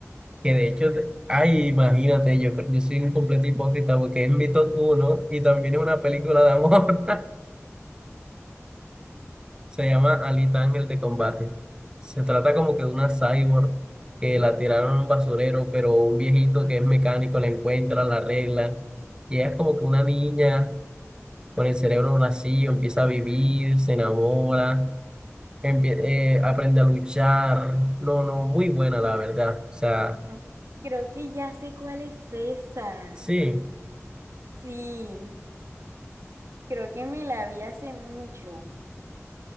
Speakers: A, on the right; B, on the right.
A: que de hecho, te- ay, imagínate, yo, creo- yo soy un completo hipócrita porque es mi top uno y también es una película de amor, Se llama Alita Ángel de Combate. Se trata como que de una cyborg que la tiraron a un basurero, pero un viejito que es mecánico la encuentra, la arregla. Y ella es como que una niña con el cerebro vacío, empieza a vivir, se enamora, empie- eh, aprende a luchar. No, no, muy buena la verdad. O sea,
B: Ah. Creo que ya sé cuál es esa.
A: sí.
B: Sí, creo que me la vi hace mucho.